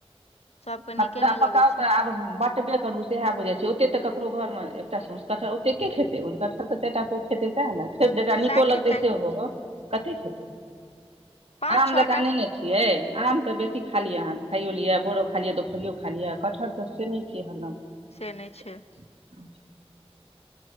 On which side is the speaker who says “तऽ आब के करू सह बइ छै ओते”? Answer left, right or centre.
Right